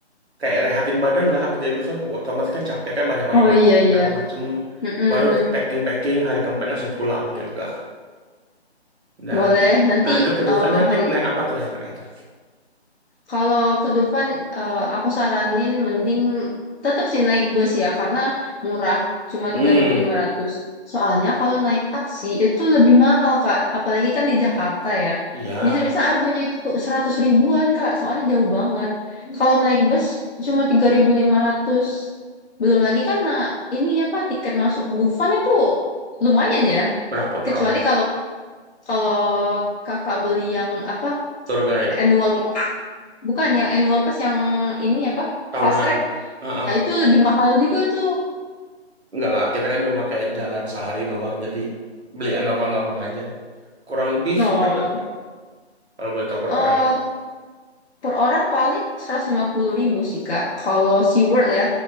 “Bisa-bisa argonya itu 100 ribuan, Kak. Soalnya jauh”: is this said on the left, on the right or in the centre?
Left